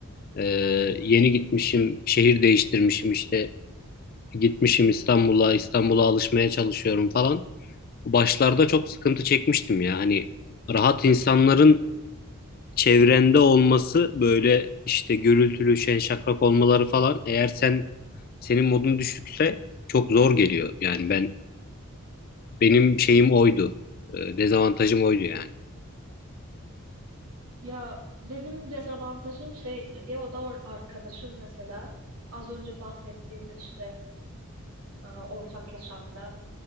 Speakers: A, on the left; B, on the right.
A: e, yeni gitmişim, şehir değiştirmişim işte gitmişim İstanbul'a, İstanbul'a alışmaya çalışıyorum falan. Başlarda çok sıkıntı çekmiştim ya hani rahat insanların çevrende olması böyle işte gürültülü, şen şakrak olmaları falan eğer sen senin modun düşükse çok zor geliyor. Yani ben benim şeyim oydu. Ee, dezavantajım oydu yani.
B: Ya benim dezavantajım şeydi diye o da or- arkadaşım mesela az önce bahsettiğim işte e, ortak yaşamda